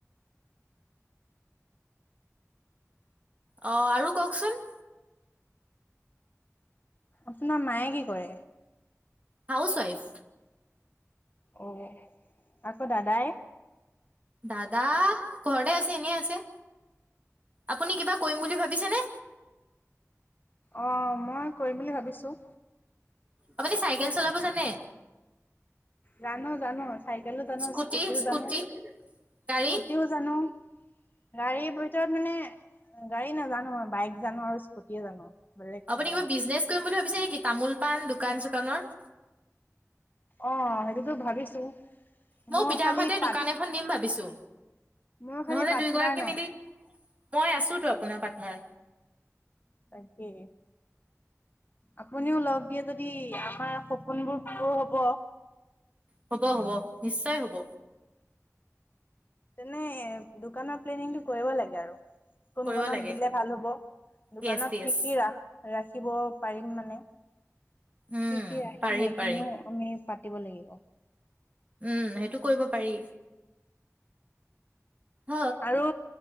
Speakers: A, on the right; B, on the left.
A: অ আৰু কওকচোন
B: আপোনাৰ মায়ে কি কৰে
A: হাউচৱাইফ
B: অ আকৌ দাদাই
A: দাদা ঘৰতে আছে এনেই আছে আপুনি কিবা কৰিম বুলি ভাবিছে নে
B: অ মই কৰিম বুলি ভাবিছোঁ
A: আপুনি চাইকেল চলাব জানে
B: জানো জানো চাইকেলো জানো
A: স্কুটি,
B: স্কুটিও
A: স্কুটি,
B: জানো
A: গাড়ী?
B: স্কুটিও জানো গাড়ীৰ ভিতৰত মানে গাড়ী নাজানো মই বাইক জানো আৰু স্কুটিও জানো বেলেগ
A: আপুনি
B: নাজানো
A: কিবা বিজনেছ কৰিম বুলিাব প তামোল পাণ দোকান চোকানৰ
B: অ সেইটোতো ভাবিছো
A: ময়
B: মোৰ
A: পিঠাহতে
B: খালি পাত
A: দোকান এখন দিম ভাবিছো
B: মোৰ খালি
A: নহ'লে
B: পাৰ্টনাৰ
A: দুই গৰাকী
B: নাই
A: মিলি মই আছো আপোনাৰ পাটনাৰ
B: তাকে আপুনিও লগ দিয়ে যদি আমাৰ সপোন বোৰ পুৰ হব
A: হ'ব হ'ব নিশ্চয় হব
B: তেনে দোকানৰ প্লেনিং টো কৰিব লাগে আৰু কোন
A: কৰিব
B: কনত
A: লাগে।
B: দিলে ভাল হ'ব দোকানত
A: য়েছ য়েছ
B: কি কি ৰা ৰাখি শিকিব পাৰিম মানে
A: উম
B: কি কি ৰাখিম
A: পাৰি
B: এইখিনিও
A: পাৰি
B: আমি পাত পাতিব লাগিব
A: উম সেইটো কৰিব পাৰি হ
B: আৰু